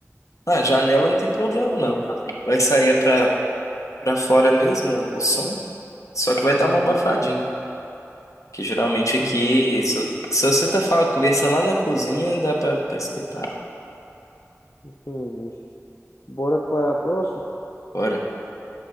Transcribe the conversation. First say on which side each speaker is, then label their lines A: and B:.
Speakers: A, on the left; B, on the left.
A: Na janela não tem problema, não. Vai sair é pra, pra fora mesmo o o som, só que vai
B: Uhum.
A: dar uma abafadinha. Que geralmente aqui,
B: É,
A: se, se você tá falando, conversando lá na cozinha, dá pra, pra escutar.
B: entendi. Bora para a próxima?
A: Olha.